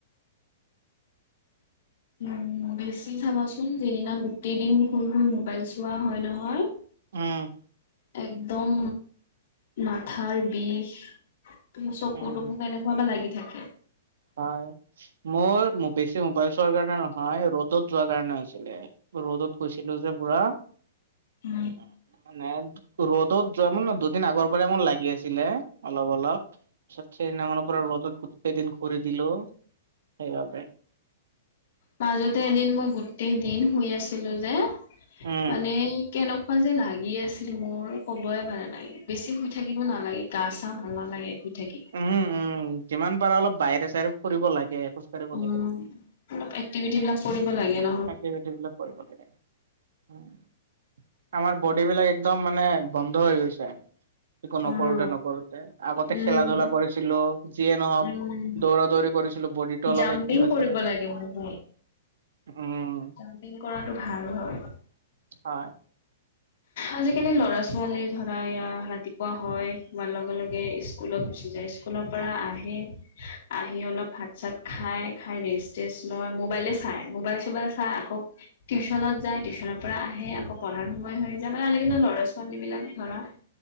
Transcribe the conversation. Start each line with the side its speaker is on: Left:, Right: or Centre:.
Left: উম বেছি চাবাচোন যিদিনা গোটেই দিন শুই শুই মোবাইল চোৱা হয় নহয়
Right: উম
Left: একদম মাথাৰ বিষ তুমি চকু
Right: উম
Left: টোকু কেনেক ক'বা লাগি থাকে
Right: হয় মোৰ বেছি মোবাইল চোৱাৰ কাৰণে নহয় ৰ'দত যোৱা কাৰণে হৈছিলে ৰ'দত গৈছিলোঁ যে পুৰা
Left: উম,
Right: মানে ৰ'দত যোৱামান দুদিন আগৰ পৰাই মোৰ লাগি আছিলে অলপ, অলপ <unintelligible> সেইদিনাখনৰ পৰা ৰ'দত গোটেই দিন ঘূৰি দিলো সেইবাবে
Left: মাজতে এদিন মই গোটেইদিন শুই আছিলোঁ যে
Right: উম।
Left: মানে কেনেকুৱা যে লাগি আছিল মোৰ ক'বই পাৰা নাই! বেছি শুই থাকিব নালাগে! গা চা ভাল নালাগে শুই থাকি
Right: উম, উম যিমান পাৰা অলপ বাহিৰে চাহিৰে ফুৰিব লাগে! খোজ কাঢ়িব
Left: উম,
Right: লাগে।
Left: অলপ এক্টিভিটি বিলাক কৰিব লাগে ন
Right: এক্টিভিটি বিলাক কৰিব লাগে! অ' আমাৰ বডীবিলাক একদম মানে বন্ধ হৈ গৈছে! একো
Left: অ',
Right: নকৰোঁতে নকৰোঁতে, আগতে
Left: উম,
Right: খেলা ধূলা কৰিছিলোঁ, যিয়ে নহওক
Left: উম,
Right: দৌৰা দৌৰি কৰিছ বডীটো অলপ
Left: জাম্পিং
Right: এক্টিভ আছিলে,
Left: কৰিব লাগে বহুত।
Right: উম।
Left: জাম্পিং কৰাটো ভাল হয়।
Right: হয়।
Left: আজিকালি ল'ৰা ছোৱালী ধৰা, এইয়া ৰাতিপুৱা হয়, হোৱাৰ লগে, লগে ইচ কুলত গুচি যায়, স্কুলৰ পৰা আহে আহি অলপ ভাত চাত খায়, খাই ৰেষ্ট তেষ্ট লয়, মোবাইলেই চাই, মোবাইল চোবাইল চাই আকৌ টিউচনত যায়, টিউচনৰ পৰা আহে, আকৌ পঢ়াৰ সময় হৈ যেনেকা আজি কালি ল'ৰা ছোৱালীবিলাক ধৰা,